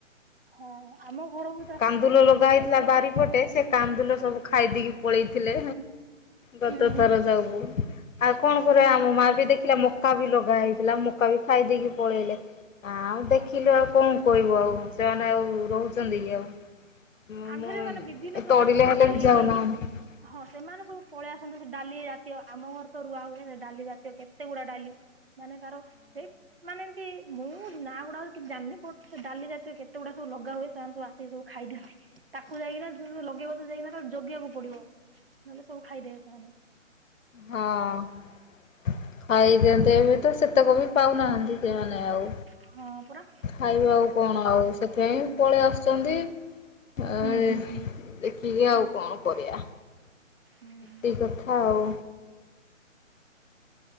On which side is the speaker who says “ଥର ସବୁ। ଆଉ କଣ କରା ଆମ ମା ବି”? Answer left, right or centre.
Left